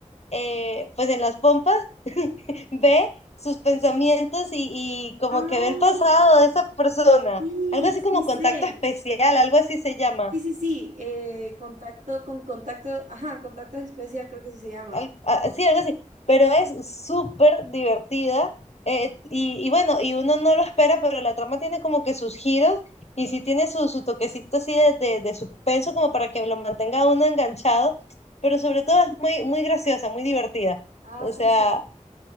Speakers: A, on the left; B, on the right.
A: eh, pues en las pompas, <laughs> ve sus pensamientos y, y como
B: Ah,
A: que ve el pasado de esa persona.
B: sí,
A: Algo así como
B: sí sé.
A: contacto especial, algo así se llama.
B: Sí, sí, sí. eh, contacto con contacto. Ajá, contacto especial creo que sí se llama.
A: al- a- sí, algo así, pero es súper divertida eh, y, y bueno, y uno no lo espera, pero la trama tiene como que sus giros y sí tiene su, su toquecito así de, de, de suspenso como para que lo mantenga a uno enganchado, pero sobre todo es muy, muy graciosa, muy divertida.
B: Ah,
A: O sea,
B: pucha.